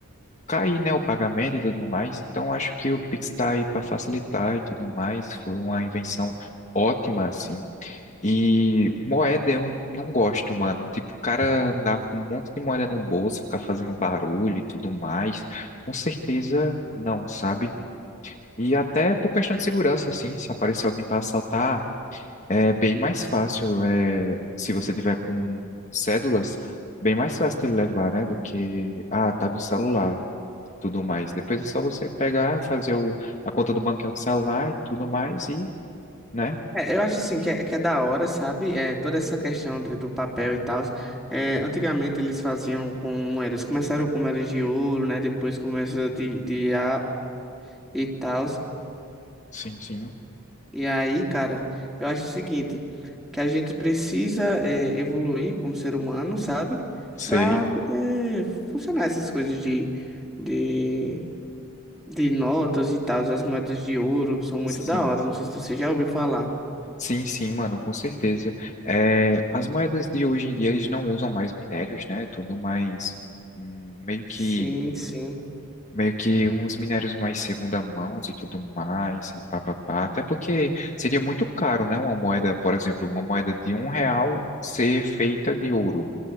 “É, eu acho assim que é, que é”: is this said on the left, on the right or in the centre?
Centre